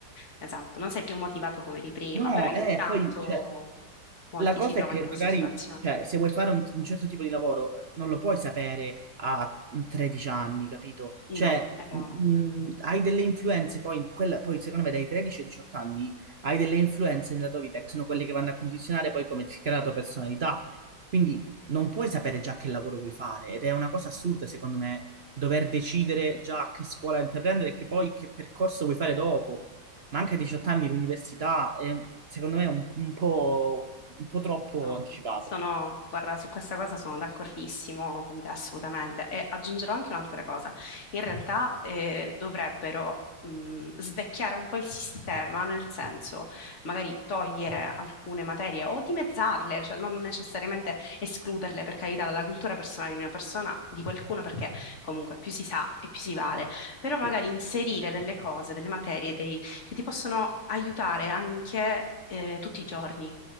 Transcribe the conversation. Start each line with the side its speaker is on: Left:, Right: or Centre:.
Left: esatto, non sei più motivato come di prima,
Right: No,
Left: però intanto
Right: eh, poi, cioè,
Left: molti
Right: La cosa
Left: si trovano
Right: è che
Left: in questa
Right: magari,
Left: situazione.
Right: cioè, se vuoi fare un, un certo tipo di lavoro, eh, non lo puoi sapere a 13 anni, capito? Cioè,
Left: No, è vero.
Right: mh, hai delle influenze, poi, quella- poi secondo me dai 13 ai 18 anni hai delle influenze nella tua vita che sono quelle che vanno a condizionare poi come ti crea la tua personalità. Quindi non puoi sapere già che lavoro vuoi fare ed è una cosa assurda, secondo me, dover decidere già che scuola intraprendere e che poi che percorso vuoi fare dopo ma anche a 18
Left: No,
Right: anni l'università è, secondo me, un, un po', un po' troppo
Left: no,
Right: anticipato.
Left: sono, guarda, su questa cosa sono d'accordissimo con te assolutamente e aggiungerò anche un'altra cosa. In realtà eh, dovrebbero mh, svecchiare un po' il sistema, nel senso magari togliere alcune materie o dimezzarle, cioè non necessariamente escluderle per carità dalla cultura personale di una persona, di qualcuno, perché comunque più si sa e più si vale, però magari
Right: Sì,
Left: inserire delle cose, delle materie dei- che ti possono aiutare anche eh, tutti i giorni